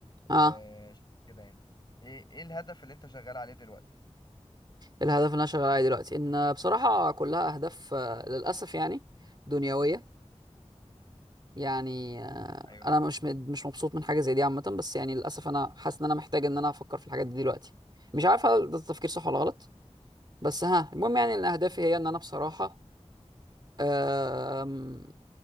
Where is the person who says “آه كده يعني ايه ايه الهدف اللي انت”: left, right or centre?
Left